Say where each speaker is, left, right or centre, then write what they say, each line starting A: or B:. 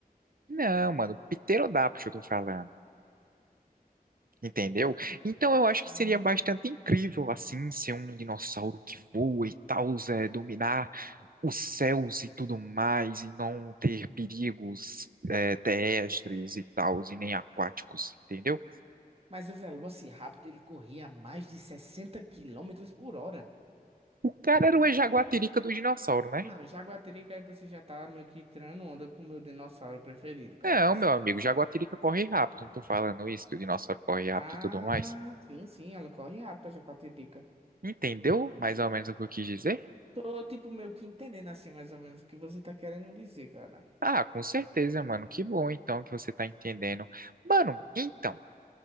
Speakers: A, on the right; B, on the right.
A: Não, mano, pterodáptero eu tô falando, entendeu? Então eu acho
B: Hum.
A: que seria bastante incrível, assim, ser um dinossauro que voa e tal, é, dominar os céus e tudo mais, e não ter perigos, é, terrestres e tal, e nem aquáticos, entendeu?
B: Mas o Velociraptor, ele corria a mais de 60 quilômetros por hora.
A: O cara era o jaguatirica do dinossauro, né?
B: Não, Jaguatirica, aí você já tá meio que tirando onda com o meu dinossauro preferido, cara.
A: Não,
B: Você.
A: meu amigo, jaguatirica corre rápido, não tô falando isso, que o dinossauro corre rápido
B: Ah,
A: e tudo mais.
B: sim, sim, ela corre rápido, a Jaguatirica.
A: Entendeu mais ou menos o que eu quis dizer?
B: Tô, tipo, meio que entendendo, assim, mais ou menos, o que você tá querendo dizer, cara.
A: Ah, com certeza, mano. Que bom então que você tá entendendo. Mano, então.